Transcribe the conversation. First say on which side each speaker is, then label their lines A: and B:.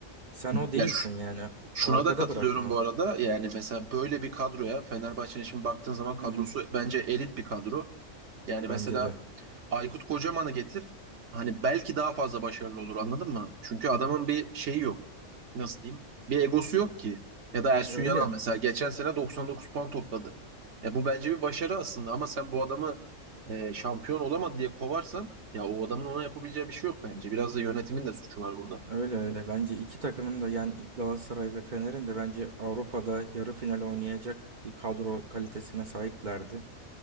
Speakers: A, on the right; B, on the right.
A: Sen o değilsin
B: Ya
A: yani.
B: Şuna
A: Arkada
B: da katılıyorum
A: bıraktın onu.
B: bu arada. Yani mesela böyle bir kadroya Fenerbahçe'nin şimdi baktığın zaman
A: Hı
B: kadrosu
A: hı.
B: bence elit bir kadro. Yani mesela
A: Bence de.
B: Aykut Kocaman'ı getir. Hani belki daha fazla başarılı olur anladın mı? Çünkü adamın bir şeyi yok. Nasıl diyeyim? Bir egosu yok ki. Ya da Ersun
A: Öyle.
B: Yanal mesela geçen sene 99 puan topladı. Ya bu bence bir başarı aslında ama sen bu adamı e, şampiyon olamadı diye kovarsan ya o adamın ona yapabileceği bir şey yok bence. Biraz da yönetimin de suçu var burada.
A: Öyle öyle. Bence iki takımın da yani Galatasaray ve Fener'in de bence Avrupa'da yarı final oynayacak bir kadro kalitesine sahiplerdi.